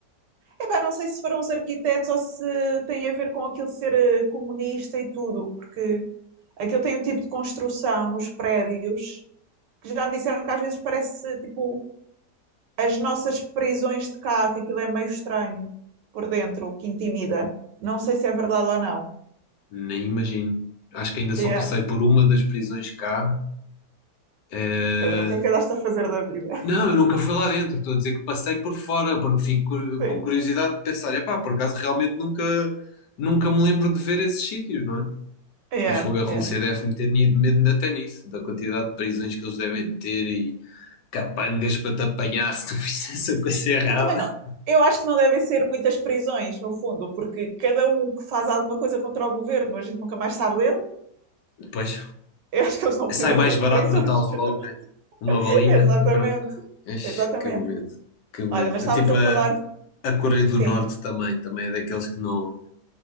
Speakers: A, on the right (about 80°); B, on the left (about 75°).
A: Epá, não sei se foram os arquitetos ou se tem a ver com aquilo de ser eh, comunista e tudo. Aquilo tem um tipo de construção nos prédios que já me disseram que às vezes parece tipo as nossas prisões de cá, que aquilo é meio estranho por dentro, que intimida. Não sei se é verdade ou não.
B: Nem imagino. Acho que ainda só
A: é
B: passei por uma das prisões cá. Eh,
A: Pedro, o que é que andaste a fazer da vida?
B: Não, eu nunca fui lá dentro. Estou a dizer que passei por fora, porque fico cu-
A: Sim.
B: com curiosidade de pensar, epá, por acaso realmente nunca, nunca me lembro de ver esses sítios, não é?
A: Yeah,
B: Mas fogo, a Rússia
A: yeah.
B: deve-me ter ni- medo até nisso, da quantidade de prisões que eles devem ter e capangas para te apanhar se tu <laughs> fizesse a coisa errada.
A: Eu também não. Eu acho que não devem ser muitas prisões, no fundo, porque cada um que faz alguma coisa contra o governo, a gente nunca mais sabe dele.
B: Pois,
A: Eu acho que eles não precisam
B: Sai mais
A: muito
B: barato
A: de prisões.
B: matá-los logo, né? Uma
A: <laughs>
B: balinha
A: Exatamente.
B: e pronto. Ixi,
A: Exatamente.
B: que medo, que medo.
A: Olha, mas estávamos
B: É tipo
A: a
B: a,
A: falar de...
B: a Coreia do
A: Sim,
B: Norte também, também é daqueles que não,